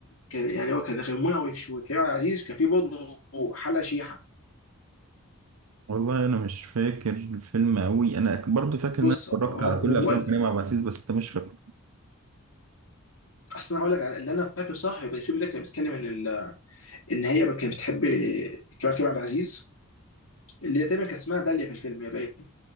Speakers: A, on the left; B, on the right.
A: كان يعني هو كان غير منعش وكريم عبد العزيز كان في برضه حلا شيحه
B: والله انا مش فاكر الفيلم قوي انا برضو فاكر
A: بص
B: ان انا
A: هو
B: اتفرجت على
A: هو
B: كل افلام
A: ال-
B: كريم عبد العزيز بس انت مش فاكر
A: اصل انا هقول لك على- اللي انا فاكره صح يبقى الفيلم ده كان بيتكلم ان ال... ان هي كانت بتحب كريم كريم عبد العزيز اللي هي تقريبا كانت اسمها داليا في الفيلم يا باين